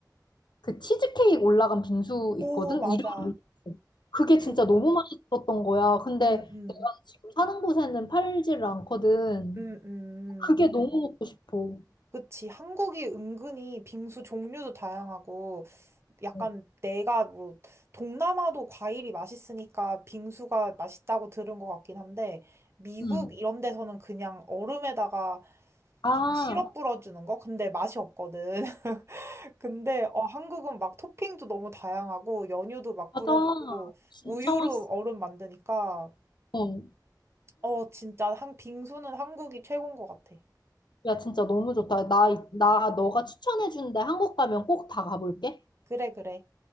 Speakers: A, on the left (about 85°); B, on the right (about 35°).
A: 그 치즈케이크 올라간 빙수
B: 오,
A: 있거든?
B: 맞아.
A: 이름을 모르겠어. 그게
B: 그,
A: 진짜 너무 맛있었던 거야. 근데
B: 음,
A: 내가
B: 음,
A: 지금 사는 곳에는 팔지를 않거든.
B: 음, 음.
A: 그게 너무 먹고 싶어.
B: 그치. 한국이 은근히 빙수 종류도 다양하고, 약간
A: 어,
B: 내가 뭐, 동남아도 과일이 맛있으니까 빙수가 맛있다고 들은 것 같긴 한데, 미국
A: 음.
B: 이런 데서는 그냥 얼음에다가
A: 아,
B: 그냥 시럽 뿌려주는 거? 근데 맛이 없거든. <laughs> 근데 어, 한국은 막 토핑도 너무 다양하고, 연유도 막
A: 어,
B: 뿌려주고,
A: 맞아. 진짜
B: 우유로
A: 맛있어.
B: 얼음 만드니까,
A: 어.
B: 어, 진짜 한, 빙수는 한국이 최고인 것 같아.
A: 야, 진짜 너무 좋다. 나, 이- 나 너가 추천해준 데 한국 가면 꼭 다 가볼게.
B: 그래, 그래.